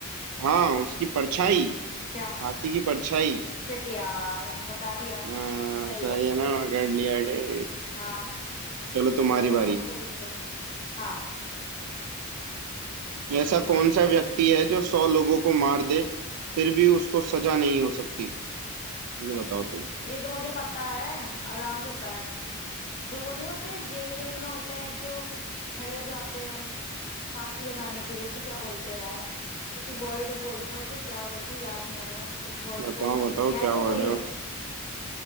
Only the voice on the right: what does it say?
हाँ उसकी परछाई
हाथी की परछाई
हाँ,
सही
है ना पकड़ लिया अरे
चलो तुम्हारी
बारी
ऐसा कौन सा व्यक्ति है जो सौ लोगों को मार दे फिर भी उसको सजा नहीं हो सकती ये बताओ तुम
बताओ
बताओ
क्या
वर्ड है वो